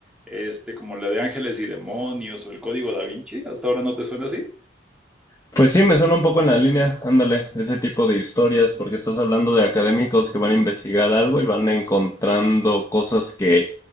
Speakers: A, in the centre; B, on the left.
A: Este, como la de Ángeles y Demonios o el Código Da Vinci. ¿Hasta ahora no te suena así?
B: Pues sí, me suena un poco en la línea, ándale, ese tipo de historias, porque estás hablando de académicos que van a investigar algo y van encontrando cosas que